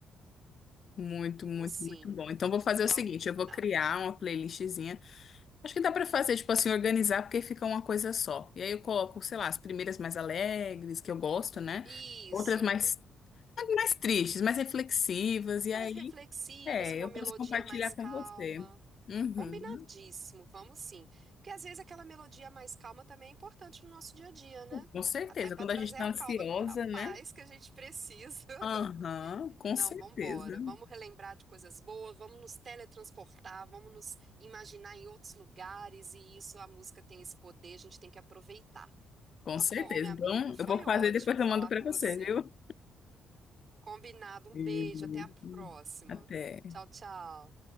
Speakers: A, on the left; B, on the right.
A: Muito, muito,
B: Vamos sim,
A: muito bom. Então, vou fazer
B: vamos
A: o seguinte:
B: combinar.
A: eu vou criar uma playlistzinha Acho que dá pra fazer, tipo assim, organizar, porque fica uma coisa só. E aí eu coloco, sei lá, as primeiras mais alegres, que eu gosto, né?
B: Isso.
A: Outras mais, mais tristes, mais reflexivas. E
B: mais
A: aí,
B: reflexivas,
A: é,
B: com uma
A: eu
B: melodia
A: posso compartilhar
B: mais
A: com
B: calma.
A: você. Uhum.
B: Combinadíssimo, vamos sim. Porque às vezes aquela melodia mais calma também é importante no nosso dia a dia, né?
A: Com certeza.
B: Até para
A: Quando
B: trazer
A: a gente tá
B: a
A: ansiosa,
B: calma, a paz
A: né?
B: que a gente precisa. <laughs>
A: Aham, com
B: Não,
A: certeza.
B: vamos embora. Vamos relembrar de coisas boas, vamos nos teletransportar, vamos nos imaginar em outros lugares e isso, a música tem esse poder, a gente tem que aproveitar.
A: Com
B: Tá
A: certeza.
B: bom, minha amiga,
A: Então,
B: foi
A: eu vou
B: ótimo
A: fazer e depois
B: falar
A: eu mando pra
B: com
A: você,
B: você.
A: viu?
B: Combinado, um
A: E-
B: beijo, até a próxima.
A: Até.
B: Tchau, tchau.